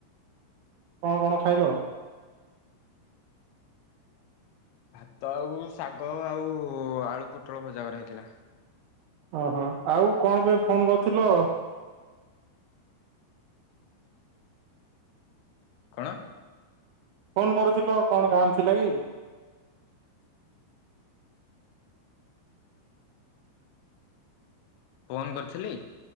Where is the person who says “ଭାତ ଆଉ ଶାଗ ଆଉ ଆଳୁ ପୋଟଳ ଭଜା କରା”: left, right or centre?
Left